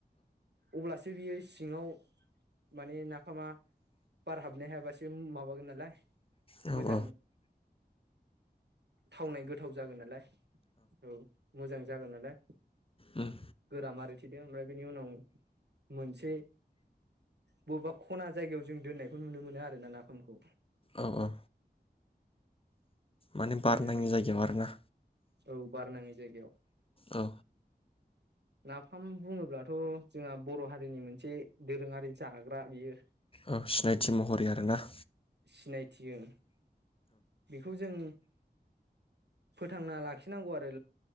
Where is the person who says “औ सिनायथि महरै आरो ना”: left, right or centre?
Left